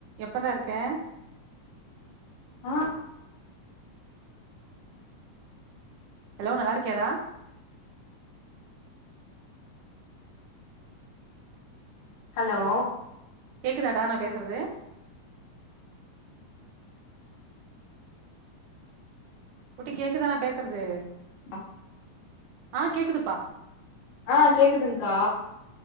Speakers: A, on the right; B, on the left.
A: எப்பற்ரா இருக்கெ
B: ஆ
A: ஹலோ நல்லா இருக்கியாடா
B: ஹலோ
A: கேக்குதா டா நா பேசுறது குட்டி கேக்குதா நா பேசுறது
B: அ
A: ஆ கேக்குதுப்பா
B: ஆ கேக்குதுங்க்கா